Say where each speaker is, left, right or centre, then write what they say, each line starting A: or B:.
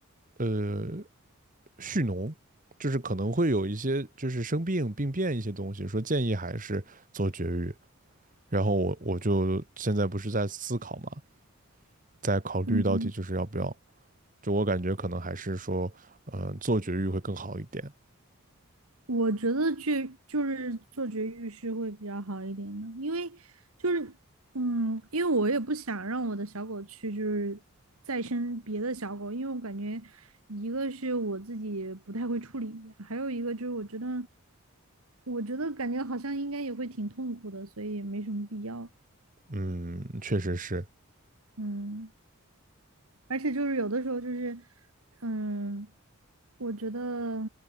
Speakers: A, on the right; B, on the right.
A: 呃蓄脓，就是可能会有一些就是生病病变一些东西，说建议还是做绝育。然后我我就现在不是在思考嘛，在考虑到底就是要不要。
B: 嗯
A: 就我感觉可能还是说，嗯，做绝育会更好一点。
B: 我觉得去就是做绝育是会比较好一点的，因为就是嗯，因为我也不想让我的小狗去就是再生别的小狗，因为我感觉一个是我自己不太会处理，还有一个就是我觉得我觉得感觉好像应该也会挺痛苦的，所以也没什么必要。
A: 嗯，确实是，
B: 嗯，而且就是有的时候就是，嗯，我觉得